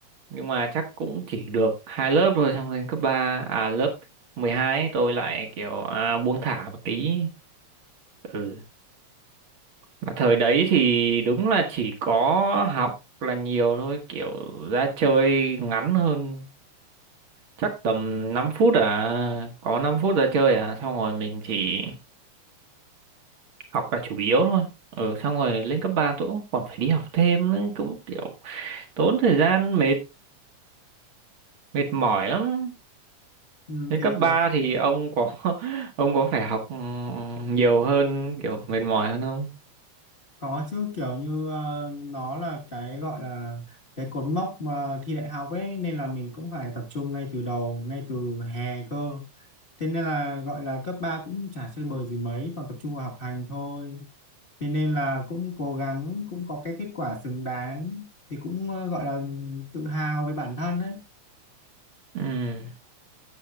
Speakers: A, on the right; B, on the left.
A: nhưng mà chắc cũng chỉ được hai lớp thôi xong lên cấp ba à lớp 12 ấy, tôi lại kiểu à, buông thả một tí. Ừ, mà thời đấy thì đúng là chỉ có học là nhiều thôi, kiểu ra chơi ngắn hơn chắc tầm 5 phút à có 5 phút ra chơi à xong rồi mình chỉ học là chủ yếu thôi ừ xong rồi lên cấp 3 tôi cũng còn phải đi học thêm nữa cũng kiểu tốn thời gian mệt mệt mỏi lắm
B: ừ,
A: lên
B: thì
A: cấp 3 thì
B: ừ,
A: ông có <laughs> ông có phải học ừ, nhiều hơn kiểu mệt mỏi hơn không
B: Có chứ kiểu như ờ, nó là cái gọi là cái cột mốc mà thi đại học ấy nên là mình cũng phải tập trung ngay từ đầu, ngay từ hè cơ. Thế nên là gọi là cấp 3 cũng chả chơi bời gì mấy, toàn tập trung vào học hành thôi. Thế nên là cũng cố gắng, cũng có cái kết quả xứng đáng thì cũng ờ, gọi là tự hào với bản thân ấy.
A: ừ